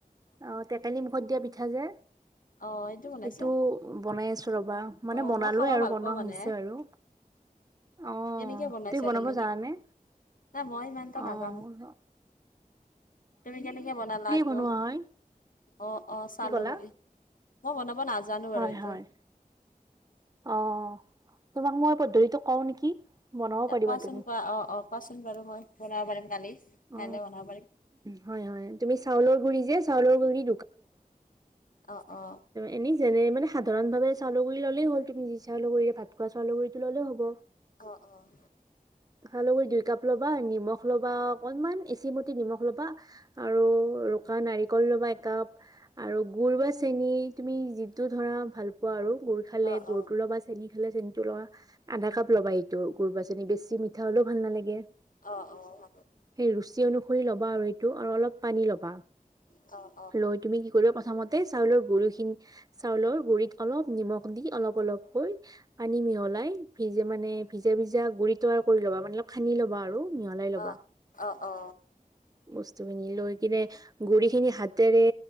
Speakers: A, on the right; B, on the left.
A: অ টেকেলি মুখত দিয়া পিঠা যে।
B: অ বনাইছা
A: এইটো বনাই আছো ৰবা। মানে
B: অ
A: বনালো
B: মই খাব
A: আৰু
B: ভাল
A: বনোৱা
B: পাওঁ মানে
A: হৈছে আৰু। আহ
B: কেনেকে বনাইছা
A: তই বনাব
B: তুমি
A: যানে
B: নাই মই ইমান এটা
A: আহ।
B: নাজানো তুমি কেনেকে বনালা আ তৌ।
A: বনোৱা হয়
B: অ অ চাহলগুৰি
A: কি ক'লা
B: মই বনাব নাজানো
A: হয়
B: বাৰু এইটো।
A: হয় অ তোমাক মই পদ্ধতিটো কওঁ নেকি বনাব পাৰিবা
B: পচন্দ
A: তুমি
B: কৰা অ অ পচন্দ পাৰো মই বনাব পাৰিম কালি কাইলৈ
A: অ
B: বনাব পাৰিম
A: হয় হয় তুমি চাউলৰ গুৰি যে চাউলৰ গুৰি
B: অ অ
A: এনে যেনে মানে সাধাৰণ ভাৱে চাউল গুৰি ল'লেই হ'ল তুমি যি চাউল কৰিলে ভাত খোৱা চাউলৰগুৰিটো ল'লে হ'ব
B: অ', অ',
A: চাউলৰগুৰি দুই কাপ ল'বা নিমখ লবা অকনমান এচিমুতি নিমখ ল'বা, আৰু ৰুকা নাৰিকল ল'বা একাপ আৰু গুৰ বা চেনি তুমি ধৰা ভাল পোৱা আৰু গুৰ খালে
B: অ', অ',
A: গুৰ টো ল'বা চেনি খালে চেনি টো লবা আধা কাপ লবা এ গুৰ বা চেনি বেছি মিঠা অলপ ভাল নালাগে
B: অ', অ',
A: সেই ৰুচি অনুসৰি ল'বা আৰু এইটো আৰু অলপ পানী ল'বা
B: অ', অ',
A: লৈ তুমি কি কৰিবা প্ৰথমত তে চাউলৰ গুৰি খিনি চাউলৰ গুৰিত অলপ নিমখ দি অলপ অলপকৈ পানী মিহলি মানে ভিজা ভিজা গুৰিটো কৰি ল'বা মানে সানি ল'বা আৰু মিহলাই
B: অ',
A: ল'বা
B: অ অ
A: বস্তুখিনি লৈ কিনে গুৰি খিনি হাতেৰে